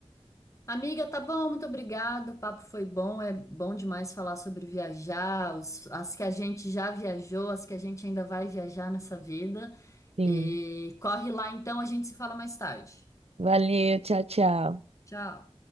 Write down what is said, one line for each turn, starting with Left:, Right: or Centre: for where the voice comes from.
Left: Amiga, tá bom, muito obrigada. O papo foi bom, é bom demais falar sobre viajar, os- as que a gente já viajou, as que a gente ainda vai viajar nessa vida.
Right: Sim.
Left: E corre lá então, a gente se fala mais tarde.
Right: Valeu, tchau, tchau.
Left: Tchau.